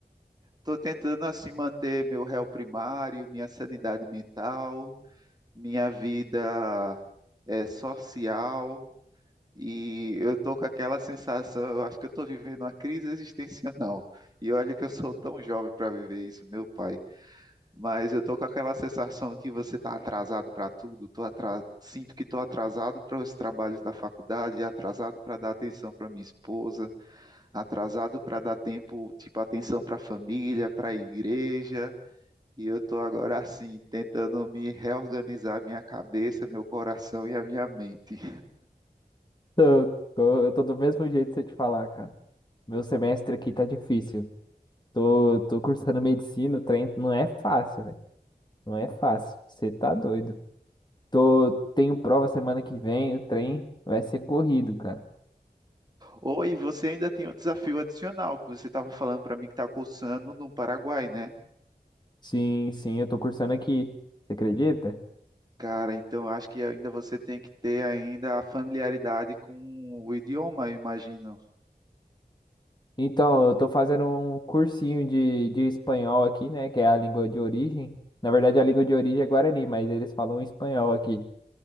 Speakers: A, on the right; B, on the left.
A: Tô tentando assim manter meu réu primário, minha sanidade mental, minha vida eh, social e eu tô com aquela sensação, eu acho que eu tô vivendo uma crise existencial. E olha que eu sou tão jovem para viver isso, meu pai. Mas eu tô com aquela sensação de você tá atrasado para tudo, tô atra... sinto que tô atrasado para os trabalhos da faculdade, atrasado para dar atenção para minha esposa, atrasado para dar tempo, tipo, atenção para a família, para a igreja, e eu tô agora assim, tentando me reorganizar minha cabeça, meu coração e a minha mente.
B: Tô- tô- Eu tô do mesmo jeito de você te falar, cara. Meu semestre aqui tá difícil. Tô, tô cursando medicina, o trem não é fácil, né? Não é fácil. Você tá doido. Tô, tenho prova semana que vem, o trem vai ser corrido, cara.
A: Ou e você ainda tem um desafio adicional que você estava falando para mim que tá cursando no Paraguai, né?
B: Sim, sim, eu tô cursando aqui. Você acredita?
A: Cara, então acho que ainda você tem que ter ainda a familiaridade com o idioma, eu imagino.
B: Então, eu tô fazendo um cursinho de, de espanhol aqui, né? Que é a língua de origem. Na verdade, a língua de origem é Guarani, mas eles falam espanhol aqui.